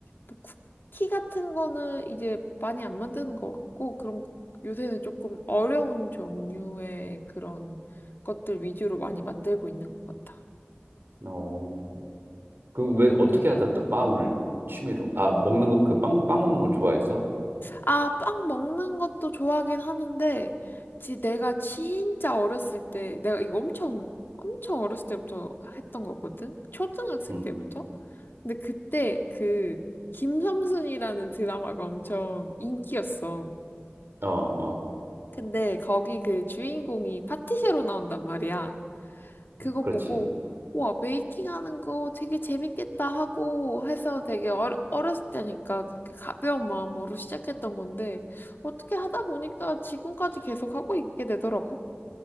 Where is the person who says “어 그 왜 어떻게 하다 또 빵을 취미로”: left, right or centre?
Right